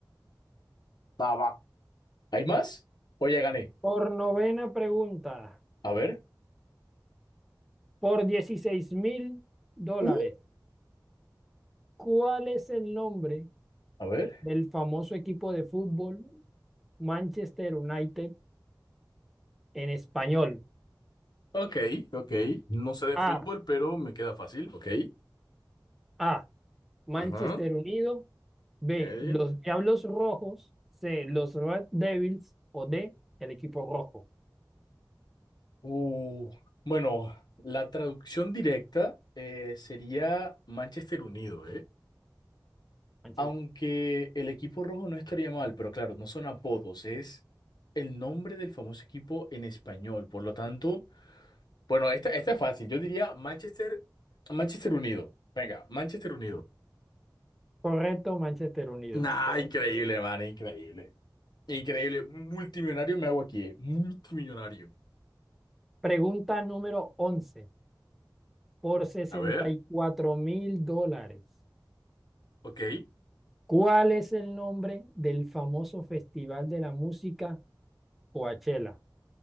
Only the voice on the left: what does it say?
Va, va. ¿Hay más? O ya gané.
A ver.
Mm.
A ver.
Ok, ok. No sé de
fútbol, pero me queda fácil. Ok.
Ajá.
Ok.
Uh, bueno, la traducción directa eh, sería Manchester Unido, ¿eh?
Aunque el equipo rojo no estaría mal, pero claro, no son apodos, es el nombre del famoso equipo en español. Por lo tanto. Bueno, esta, esta es fácil. Yo diría Manchester, Manchester Unido. Venga, Manchester Unido.
Nah,
increíble, man, increíble. Increíble. Multimillonario me hago aquí, eh. Multimillonario.
A ver,
ok.